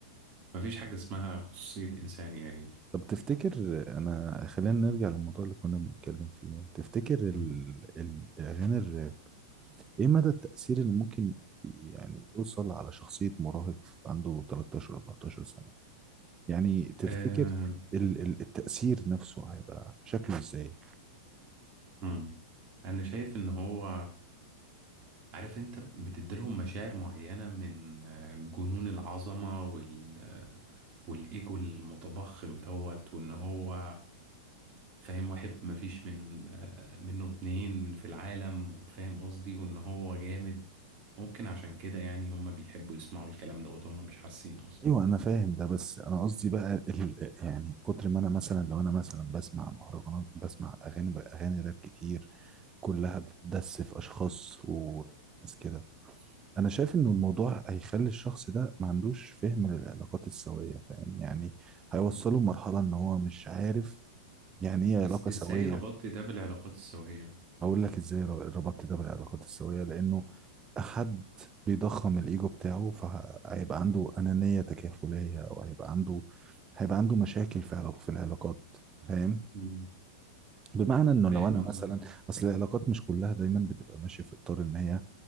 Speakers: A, on the right; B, on the right.
A: مفيش حاجه اسمها خصوصيه انسان يعني
B: طب تفتكر انا خلينا نرجع للموضوع اللي كنا بنتكلم فيه تفتكر ال-
A: مم.
B: الاغاني ايه مدى التأثير اللي ممكن يعني يوصل على شخصية مراهق عنده 13 14 سنة يعني تفتكر
A: آه
B: ال- ال- التأثير نفسه هيبقى شكله ازاي
A: مم. انا شايف ان هو عارف انت بتديلهم مشاعر معينة من آه، جنون العظمة وال آه، والإيجو المتضخم دوت وإن هو فاهم واحد مفيش من آه، منه اتنين في العالم وفاهم قصدي وإن هو جامد ممكن عشان كده يعني هم بيحبوا يسمعوا الكلام دوت هم مش حاسين أصلا
B: ايوه انا فاهم ده بس انا قصدي بقى ال يعني كتر ما انا مثلا لو انا مثلا بسمع مهرجانات بسمع اغاني اغاني راب كتير كلها بتدس في اشخاص وناس كده انا شايف ان الموضوع هيخلي الشخص ده ما عندوش فهم للعلاقات السوية فاهم يعني هيوصله
A: مم.
B: لمرحلة ان هو مش عارف يعني ايه
A: إز
B: علاقة
A: إزاي
B: سوية
A: ربطت ده بالعلاقات السوية؟
B: اقول لك ازاي ر- ربطت ده بالعلاقات السوية لانه حد بيضخم الايجو بتاعه فهيبقى عنده انانية تكافلية او هيبقى عنده هيبقى عنده مشاكل في علاق- في العلاقات فاهم
A: مم.
B: بمعنى انه
A: فاهم
B: لو انا
A: قصدك
B: مثلا اصل العلاقات مش كلها دايما بتبقى ماشية في اطار ان هي